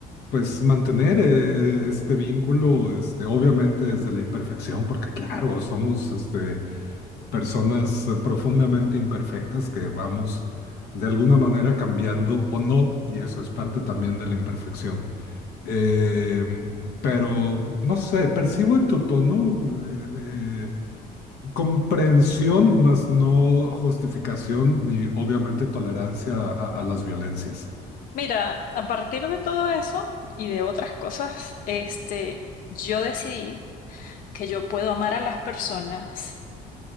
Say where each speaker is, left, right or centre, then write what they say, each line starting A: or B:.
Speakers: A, on the left; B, on the left.
A: pues mantener eh, este vínculo, este, obviamente desde la imperfección, porque claro, somos este, personas eh, profundamente imperfectas que vamos de alguna manera cambiando o no, y eso es parte también de la imperfección. Eh, pero, no sé, percibo en tu tono eh, eh, comprensión, más no justificación ni obviamente tolerancia a, a las violencias.
B: Mira, a partir de todo eso y de otras cosas, este, yo decidí que yo puedo amar a las personas